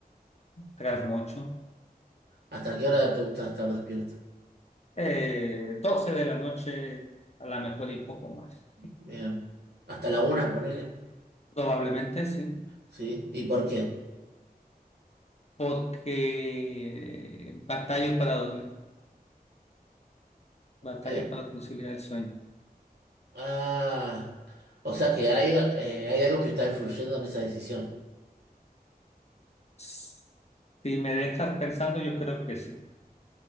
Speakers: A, on the left (about 40°); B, on the right (about 90°).
A: Trasnocho,
B: ¿Hasta qué hora te gusta estar despierto?
A: eh, 12 de la noche, a lo mejor y poco más.
B: Bien. ¿Hasta la una, ponele?
A: Probablemente sí,
B: Sí. ¿Y por qué?
A: porque eh, batallo para dormir, batallo
B: Eh,
A: para conciliar el sueño.
B: ah, o sea que hay, eh, hay algo que está influyendo en esa decisión.
A: Si me dejas pensando, yo creo que sí.